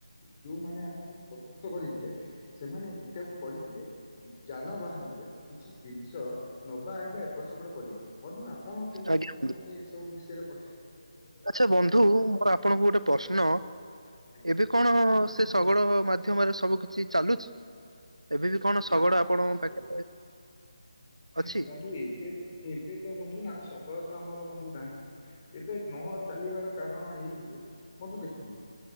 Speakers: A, on the left (about 25°); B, on the right (about 80°).
A: ଯୋଉମାନେ ଆକୁ ପ୍ରସ୍ତୁତ କରିଥିଲେ। ସେମାନେ ଏଟାକୁ କରିଥିଲେ। ଯାନ ବାହାନରେ କିଛି ଜିନିଷ ନବା ଆଣିବା ଏପଟ ସେପଟ କରିବା ପାଇଁ ବନ୍ଧୁ। ହଁ କେମିତି
B: ଆଜ୍ଞା
A: କଁ ଆଜି
B: ବନ୍ଧୁ
A: ମତେ ଏ ସବୁ ବିଷୟରେ ପଚାରିଲେ ଟିକେ କୁହନ୍ତୁ ତ।
B: ଆଚ୍ଛା ବନ୍ଧୁ ମୋର ଆପଣଙ୍କୁ ଗୋଟେ ପ୍ରଶ୍ନ
A: ଆଜ୍ଞା
B: ଏବେ କଣ ସେ ଶଗଡ ମାଧ୍ୟମରେ ସବୁ କିଛି ଚାଲୁଛି ଏବେ ବି କଣ ଶଗଡ଼
A: ନା ବନ୍ଧୁ
B: ଆପଣଙ୍କ
A: ଦେଖନ୍ତୁ
B: ପାଖରେ
A: ଏବେ
B: ଅଛି?
A: ନା ନା ବନ୍ଧୁ ଏବେ। ଏବେ ତ ବନ୍ଧୁ ନା ଶଗଡ ତ ଆମର ବନ୍ଧୁ ନାହିଁ। ଏବେ ନ ଚାଲିବାର କାରଣ ଏହିକି ଯେ। ବନ୍ଧୁ ଦେଖନ୍ତୁ